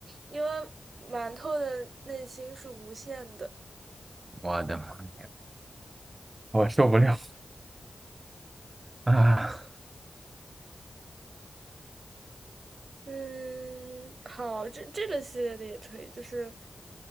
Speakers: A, on the right; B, on the right.
A: 因为馒头的内心是无限的，
B: 我的妈呀，我受不了啊！
A: 嗯，好，这这个系列的也可以，就是